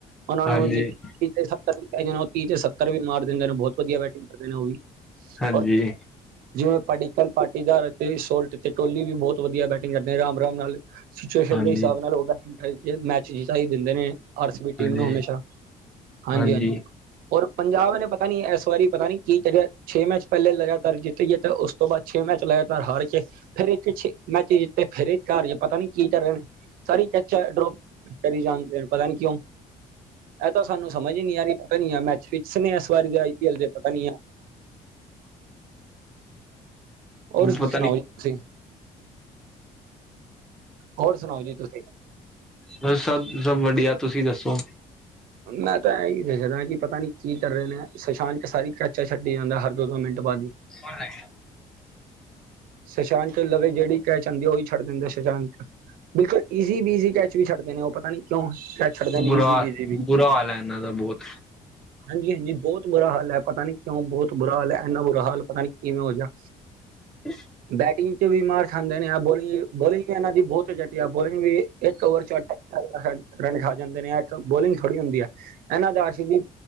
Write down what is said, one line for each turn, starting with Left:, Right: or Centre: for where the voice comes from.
Right: ਉਹਨਾਂ
Centre: ਹਾਂਜੀ
Right: ਨੂੰ ਜੇ ਤੀਹ ਤੇ ਸੱਤਰ ਵੀ ਪੈ ਜਾਨ, ਉਹ ਤੀਹ ਤੇ ਸੱਤਰ ਵੀ ਮਾਰ ਦਿੰਦੇ ਨੇ ਬਹੁਤ ਵਧੀਆ ਬੈਟਿੰਗ ਕਰਦੇ ਨੇ ਉਹ ਵੀ,
Centre: ਹਾਂਜੀ
Right: ਔਰ ਜਿਵੇਂ ਪਾਟੀਕਲ ਪਾਰਟੀਦਾਰ ਤੇ ਸ਼ੋਲ ਤੇ-ਤੇ ਟੋਲੀ ਵੀ ਬਹੋਤ ਵਧੀਆ ਬੈਟਿੰਗ ਕਰਦੇ, ਰਾਮ-ਰਾਮ ਨਾਲ, ਸਚੁਏਸ਼ਨ
Centre: ਹਾਂਜੀ
Right: ਦੇ ਹਿਸਾਬ ਨਾਲ <unintelligible> ਮੈਚ ਜੀਤਾ ਹੀ ਦਿੰਦੇ ਨੇ, ਆਰ ਸੀ ਟੀਮ
Centre: ਹਾਂਜੀ
Right: ਨੂੰ ਹਮੇਸ਼ਾ, ਹਾਂਜੀ-ਹਾਂਜੀ।
Centre: ਹਾਂਜੀ
Right: ਔਰ ਪੰਜਾਬ ਨੇ ਪਤਾ ਨੀ, ਏਸ ਵਾਰੀ ਪਤਾ ਨੀ ਕੀ ਕਰਿਆ? ਛੇ ਮੈਚ ਪਹਿਲੇ ਲਗਾਤਾਰ ਜਿੱਤ ਗਈ, ਤੇ ਉਸ ਤੋਂ ਬਾਅਦ ਛੇਹ ਮੈਚ ਲਾਏ ਤਾ ਹਾਰ ਕੇ ਫੇਰ ਇੱਥੇ ਛੇ, ਮੈਚ ਜਿੱਤੇ ਫਿਰ ਏ ਕਾਰਜ ਪਤਾ ਨੀ ਕੀ ਕਰਨ? ਸਾਰੀ ਕੇਚਾਂ ਡਰੋ ਕਰੀ ਜਾਣਦੇ, ਪਤਾ ਨੀ ਕਿਉਂ? ਏਹ ਤਾਂ ਸਾਨੂੰ ਸਮਝ ਈ ਨੀ ਆ ਰਹੀ, ਪਤਾ ਨੀ ਯਾ ਮੈਚ ਫਿਕਸ ਨੇ, ਏਸ ਵਾਰੀ ਦੇ ਆਈ ਪੀ ਐਲ ਦੇ, ਪਤਾ ਨੀ ਯਾ ਔਰ ਬੀ
Centre: ਪਤਾ
Right: ਸੁਣਾਓ
Centre: ਨੀ
Right: ਜੀ ਤੁਸੀਂ? ਹੋਰ ਸੁਣਾਓ ਜੀ ਤੁਸੀਂ?
Centre: ਬਸ ਸਭ, ਸਭ ਵਦੀਆ, ਤੁਸੀਂ ਦੱਸੋ?
Right: ਮੈਂ ਤਾਂ ਐਈ ਦੇਖ ਰੇਆ ਜੀ, ਪਤਾ ਨੀ ਕੀ ਕਰ ਰਏ ਨੇ ਏਹ? ਸੁਸ਼ਾਂਕ ਕ ਸਾਰੀ ਕੇਚਾ ਛੱਡੀ ਜਾਂਦਾ ਹਰ ਦੋ-ਦੋ ਮਿੰਟ ਬਾਅਦ ਈ।
Centre: ਕੌਣ ਲੈ ਗਿਆ?
Right: ਸੁਸ਼ਾਂਤ ਢਿੱਲੋਂ ਤੇ ਜਿਹੜੀ ਕੈਚ ਆਂਦੀ, ਉਹੀ ਛੱਡ ਦਿੰਦੇ ਸੁਸ਼ਾਂਤ। ਬਿਲਕੁਲ ਈਜ਼ੀ ਬੀਜ਼ੀ ਕੈਚ ਵੀ ਛੱਡਦੇ ਨੇ ਉਹ, ਪਤਾ ਨੀ ਕਿਉਂ? ਕੈਚ ਛੱਡਦੇ ਨੇ
Centre: ਬੁਰਾ
Right: ਈਜ਼ੀ ਬੀਜ਼ੀ ਵੀ,
Centre: ਬੁਰਾ ਹਾਲ ਹੈ ਇਹਨਾਂ ਦਾ ਬਹੁਤ
Right: ਹਾਂਜੀ-ਹਾਂਜੀ ਬਹੋਤ ਬੁਰਾ ਹਾਲ ਹੈ, ਪਤਾ ਨੀ ਕਿਉਂ ਬਹੋਤ ਬੁਰਾ ਹਾਲ ਹੈ? ਐੰਨਾ ਬੁਰਾ ਹਾਲ ਪਤਾ ਨੀ ਕਿਵੇਂ ਹੋ ਜਾਹਾ?
Centre: <inaudible>
Right: ਬੈਟਿੰਗ ਚ ਵੀ ਮਾਰ ਖਾਨੇ ਨੇ ਆ, ਬੋਲਿੰ ਬੋਲਿੰਗ ਵੀ ਇਹਨਾਂ ਦੀ ਬਹੋਤ ਝਟੀਆ ਏ, ਬੋਲਿੰਗ ਵੀ ਇੱਕ ਓਵਰ ਚ ਅ ਰਨ, ਰਨ ਖਾ ਜਾਂਦੇ ਨੇ, ਏਹ ਇੱਕ ਬੋਲਿੰਗ ਥੋੜ੍ਹੀ ਹੁੰਦੀ ਹੈ, ਏਹਨਾਂ ਦਾਸ਼ ਦੀ